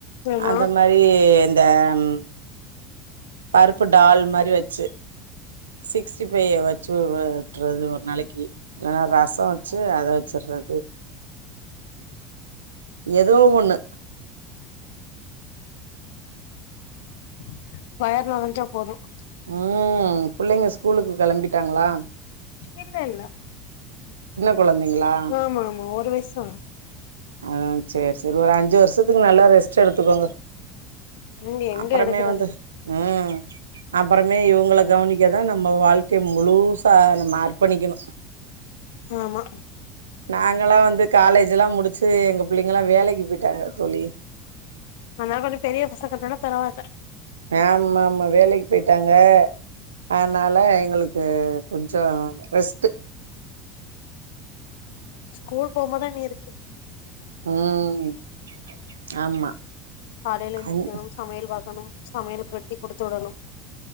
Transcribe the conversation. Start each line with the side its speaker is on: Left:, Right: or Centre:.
Left: ஆமா
Right: அத மாரி இந்த ம் பருப்பு டால் மாரி வச்சு சிக்ஸ்டி ஃபைவ் வச்சு விட்டுறது ஒரு நாளைக்கு இலலன்னா ரசம் வச்சு அத வச்சுடுறது ஏதோ ஒண்ணு
Left: உம் வயர் நெறஞ்சா போதும்.
Right: உம் பிள்ளைங்க ஸ்கூலுக்கு கிளம்பிட்டாங்களா
Left: இல்ல இல்ல
Right: கொழந்தைங்களா
Left: ஆமா ஆமா ஒரு வயசு தா
Right: அத சரி சரி ஒரு அஞ்சு வருஷத்துக்கு நல்லா ரெஸ்ட் எடுத்துக்கோங்க
Left: இங்க எங்க
Right: அப்புறமே
Left: எடுக்குறது
Right: வந்து உம் அப்புறம் மே இவங்கள கவனிக்க தான் நம்ம வாழ்க்கை முழுசா மார்க் பண்ணிக்கணும்
Left: ஆமா
Right: நாங்களாம் வந்து காலேஜ் ல்லாம் முடிச் சி எங்க பிள்ளைங்கல்லாம் வேலைக்கு போயிட்டாங்க தோழி
Left: அதனால கொஞ்சம் பெரிய பசங்க தானா பரவாயில்ல
Right: ஆமா ஆமா வேலைக்கு பேயிட்டாங்க அதனால எங்களுக்கு கொஞ்சம் ரெஸ்ட்
Left: ஸ்கூல் போகபோம்பா தா இனி இருக்கு
Right: உம் ம் ஆமா
Left: காலையையில் எந்திரிக்கணும்
Right: அந்
Left: சமையல் பா க்கணும் சமையலுக்கு கட்டி கொடுத்து விடணும்